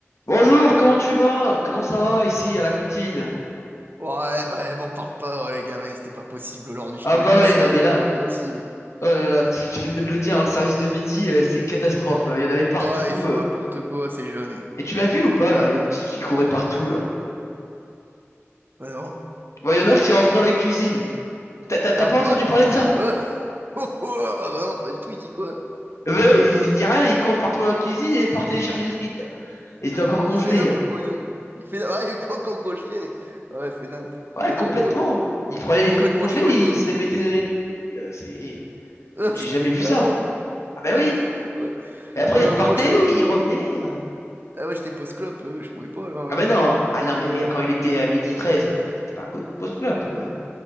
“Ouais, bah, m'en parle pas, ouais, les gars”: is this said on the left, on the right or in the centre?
Right